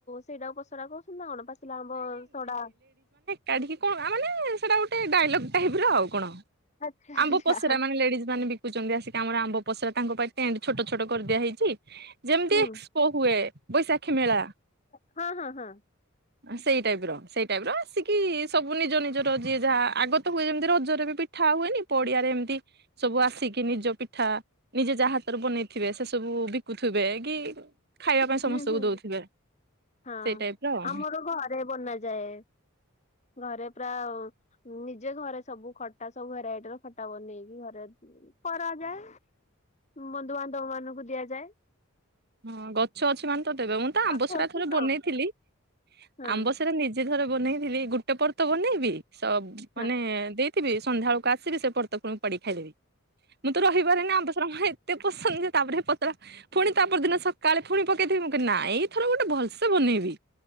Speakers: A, on the left; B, on the right.
A: ସେଇଟାକୁ ପସରା କହୁଛନ୍ତି ନା କଣ ପାଚିଲା ଆମ୍ବ ସଢ଼ା?
B: କାଢ଼ିକି କଣ ଆ ମାନେ ସେଇଟା ଗୋଟେ ଡାଇଲଗ୍ ଟାଇପ ର ଆଉ କଣ।
A: ଆଚ୍ଛା
B: ଆମ୍ବ
A: ଆଚ୍ଛା
B: ପସରା ମାନେ ଲେଡ଼ିଜ ମାନେ ବି କୁଚନ୍ତି ଆସିକି ଆମର ଆମ୍ବ ପସରା ତାଙ୍କ ପାଇଁ ଟେଣ୍ଟ୍ ଛୋଟ ଛୋଟ କରିଦିଆ ହେଇଛି ଯେମିତି
A: ହୁଁ
B: କୋ ହୁଏ ବୈଶାଖୀ ମେଳା।
A: ହଁ ହଁ ହଁ।
B: ଆ ସେଇ ଟାଇପ୍ ର ସେଇ ଟାଇପ୍ ର ଆସିକି ସବୁ ନିଜ ନିଜର ଯିଏ ଯାହା ଆଗତ ହୁଏ ଯେମିତି ରଜରେ ବି ପି ଠା ହୁଏନି ପଡ଼ିଆରେ ଏମିତି ସବୁ ଆସିକି ନିଜ ପିଠା ନିଜେ ଯା ହାତରେ ବନେଇଥିବେ ସେ ସବୁ ବିକୁଥିବେ କି ଖାଇବା ପାଇଁ ସମସ୍ତଙ୍କୁ
A: ହୁଁ ହୁଁ
B: ଦଉଥିବେ
A: ହଁ
B: ସେଇ ଟାଇପ ର ଆଉ
A: ଆମର ଘରେ ବନାଯାଏ। ଘରେ ପ୍ରାଅ ନିଜେ ଘରେ ସବୁ ଖଟା ସବୁ ଭେରାଇଟିର ଖଟା ବନେଇକି ଘରେ କରାଯାଏ ବନ୍ଧୁବାନ୍ଧବ ମାନଙ୍କୁ ଦିଆଯାଏ।
B: ହଁ ଗଛ ଅଛି ମାନେ ତ ଦେବେ ମୁଁ ତ
A: ପାଖ
B: ଆମ୍ବ ସରା
A: ଅଛି
B: ଥରେ
A: ହଁ
B: ବନେଇଥିଲି
A: ହଁ
B: ଆମ୍ବସରା ନି ଥର ବନେଇଥିଲି ଗୋଟେ ପର୍ ତ ବନେଇବି ସବ
A: ହଁ
B: ମାନେ ଦେଇ ଥିଵି ସନ୍ଧ୍ୟାବେଳକୁ ଆସିବି ସେ <unintelligible> ପୟର୍ତ ପ ପଡି ଖାଈ ଦେବି ମୁଁ ତ ରହିପାରେନି ଆମବର ଏତେ ପସନ୍ଦ ଯେ ତାପରେ ପତଳା ପୁଣି ତା ପରଦିନ ସକାଳେ ପୁଣି ପକେଇଥିବି ମୁଁ ନାଇ ଏଇଥର ଗୋଟେ ଭଲସେ ବନେଇବି